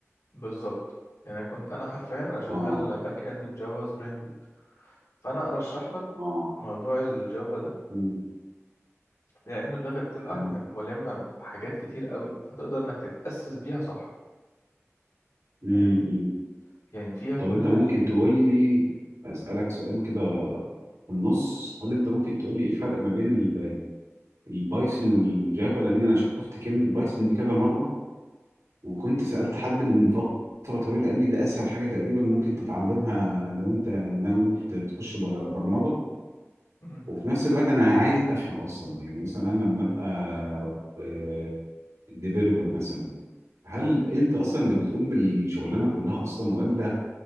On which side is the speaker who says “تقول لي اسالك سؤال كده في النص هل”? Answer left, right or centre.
Right